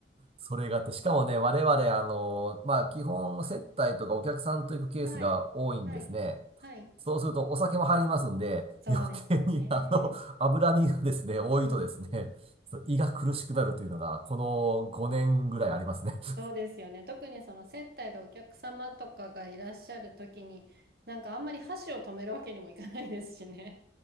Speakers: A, on the right (about 35°); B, on the right (about 55°).
A: それがあって、しかもね、我々、あの、まあ、基本接待とかお客さんと行くケースが多いんですね。
B: <laughs> はい。はい。はい。
A: そうするとお酒も入りますんで、
B: そうですよね。
A: 余計にあの、脂身がですね、多いとですね、
B: うん。
A: そう胃が苦しくなるというのが、この5年ぐらいありますね。<laughs>
B: そうですよね。特にその接待でお客様とかがいらっしゃるときに、なんかあんまり箸を止めるわけにもいかないですしね。